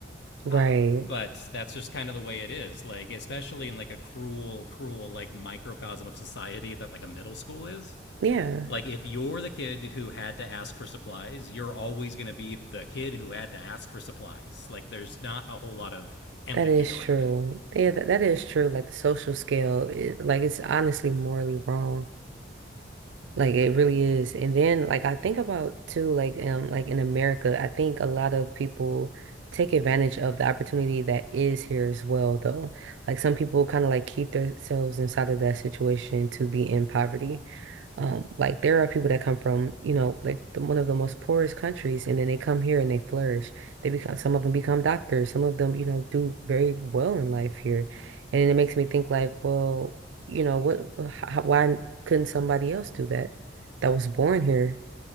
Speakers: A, on the right (about 70°); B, on the left (about 65°).
A: Right.
B: Um, but that's just kind of the way it is. Like, especially in like a cruel, cruel, like microcosm of society that like a middle school is.
A: Yeah,
B: Like, if you're the kid who had to ask for supplies, you're always going to be the kid who had to ask for supplies. Like, there's not a whole lot of empathy
A: that is
B: around
A: true.
B: it.
A: Yeah, that, that is true. Like the social scale is like it's honestly morally wrong. Like it really is. And then like I think about too, like um like in America, I think a lot of people take advantage of the opportunity that is here as well though. Like some people kind of like keep themselves inside of that situation to be in poverty. Um, like there are people that come from, you know, like the, one of the most poorest countries, and then they come here and they flourish. They become some of them become doctors, some of them, you know, do very well in life here, and then it makes me think like, well, you know, what, how, why couldn't somebody else do that? That was born here.